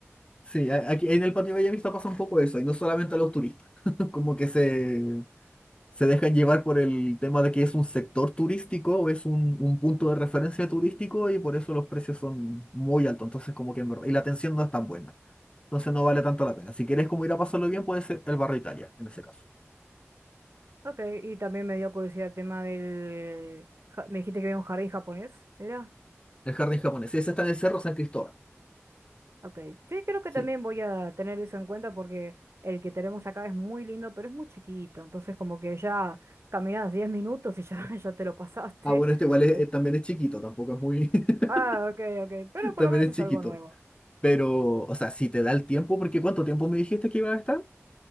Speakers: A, on the left; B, on the right.
A: Sí, a- aquí en el patio Bellavista pasa un poco eso, y no solamente a los turistas, <laughs> como que se, se dejan llevar por el tema de que es un sector turístico o es un, un punto de referencia turístico y por eso los precios son muy altos, entonces como que en verdad- y la atención no es tan buena. Entonces no vale tanto la pena. Si quieres como ir a pasarlo bien, puede ser el barrio Italia, en ese caso.
B: Ok, y también me dio curiosidad el tema del... ja- Me dijiste que había un jardín japonés, ¿era?
A: El jardín japonés. Sí, ese está en el Cerro San Cristóbal.
B: Ok, sí, creo que
A: Sí.
B: también voy a tener eso en cuenta porque el que tenemos acá es muy lindo, pero es muy chiquito. Entonces, como que ya caminas 10 minutos y ya, <laughs> ya te lo pasaste.
A: Ah, bueno, este igual es-
B: Eh,
A: eh, también es chiquito, tampoco es muy... <laughs>
B: ah, ok, ok, pero por
A: también
B: lo menos
A: es
B: es
A: chiquito.
B: algo nuevo.
A: Pero, o sea, si te da el tiempo, porque ¿cuánto tiempo me dijiste que iba a estar?